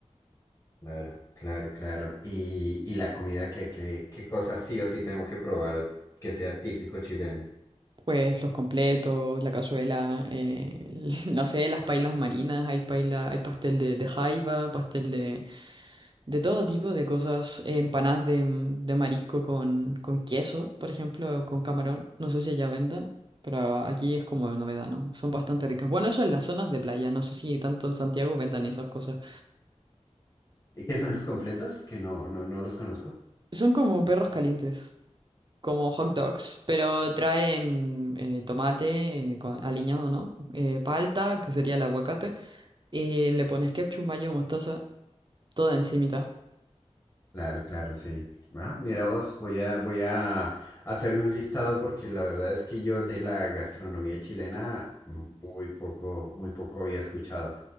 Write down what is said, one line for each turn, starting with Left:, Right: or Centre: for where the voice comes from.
Left: Claro, claro, claro. Y, y la comida, ¿qué, qué, qué cosas sí o sí tengo que probar que sea típico chileno?
Right: Pues los completos, la cazuela, eh, <laughs> no sé, las pailas marinas, hay paila, hay pastel de, de jaiba, pastel de, de todo tipo de cosas, eh, empanadas de, mm, de marisco con, con queso, por ejemplo, o con camarón, no sé si allá vendan, pero aquí es como novedad, ¿no? Son bastante ricas. Bueno, eso en las zonas de playa, no sé si tanto en Santiago vendan esas cosas.
Left: ¿Y qué son los completos? Que no, no, no los conozco.
Right: Son como perros calientes, como hot dogs, pero traen eh, tomate eh, co- aliñado, ¿no? Eh, palta, que sería el aguacate, y le pones ketchup, mayo, mostaza, todo encimita.
Left: Claro, claro, sí. Ah, mira vos, voy a, voy a hacerme un listado porque la verdad es que yo de la gastronomía chilena muy poco, muy poco había escuchado.